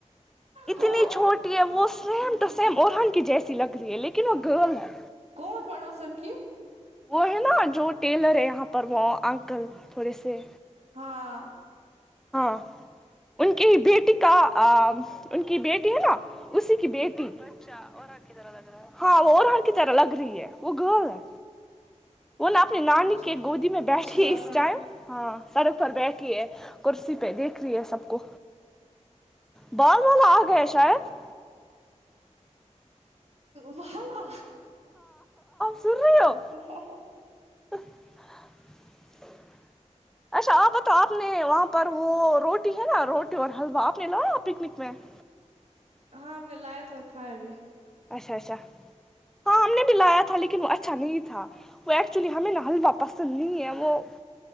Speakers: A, in the centre; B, on the right.
A: اتنی
B: کون
A: چھوٹی ہے وہ سیم ٹو سیم ارہان کی جیسی لگ رہی ہے لیکن وہ گرل ہے
B: کون پڑوسن کی
A: وہ ہے نا جو ٹیلر ہے یہاں پر وہ انکل تھوڑے سے
B: ہاں
A: ہاں ان کی بیٹی کا ان کی بیٹی ہے نا اسی کی بیٹی اچھا ارہان کی طرح لگ رہا ہے ہاں وہ ارہان کی طرہ لگ رہی ہے وہ گرل ہے وہ نا اپنی نانی
B: اچھا
A: کے گودی میں بیٹھی
B: اچھی
A: ہے
B: بات
A: اس ٹائم ہاں سڑک پر بیٹھی ہے بیٹھی دیکھ رہی ہے سب کو بد والا آ گیا شاید
B: وہاں نہ
A: سن رہی ہو
B: ا ہا آ ہا ہا
A: <inaudible> اچھا آپ بتا آپ نے وہاں پر وہ روٹی ہے نا روٹی اور حلوہ آپ نے لایا آپ پکنک میں <inaudible>
B: ہاں ہم نے لایا تھا اور کھایا بھی
A: اچھا اچھا ہاں ہم نے بھی لایا تھا لیکن وہ اچھا نہیں تھا وہ ایکچولی ہمیں نہ حلوا پسند نہیں ہے وہ